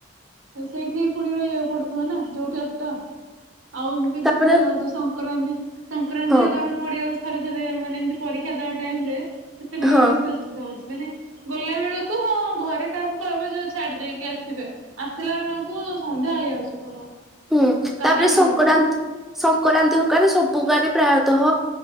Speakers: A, on the right; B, in the centre.
A: <inaudible> ସେଇଠିି ପୁଣି ରହିବାକୁ ପଡୁଥିବ ନା ଯୋଉ ଟା ଆଉ ଏମିତି
B: ତାପରେ
A: ଦେଖୁଛ ଆ ଯୋଉ ରଜ ସଂକ୍ରାନ୍ତି ସଂକ୍ରାନ୍ତି
B: ହଁ
A: ହେରୀକ ବି ପଡ଼ିଯାଉଛି। ଥରେ ଥରେ ମାନେ ଏମିତି ପରୀକ୍ଷା ଦେବା ଟାଇମ ରେ ସେତେବେଳେ
B: ହଁ
A: ବି ବେଶୀ ଅସୁବିଧା ହଉଛି। ମାନେ ଗଲା ବେଳକୁ ହଁ ଘରେ କାହାକୁ କହିବ ଯ ଛାଡି ଦେଇକି ଆସିବେ। ଆସିଲା ବେଳକୁ ସନ୍ଧ୍ୟା ହେଇଯାଉଛି ପ୍ରବଳ।
B: ହୁଁ
A: ଗାଡି
B: ତାପରେ
A: ମିଳୁନି
B: ସଂକ୍ରାନ୍ତି ସଂକ୍ରନ୍ତି ଗାଦେ ସବୁ ଗାଡି ପ୍ରାୟତଃ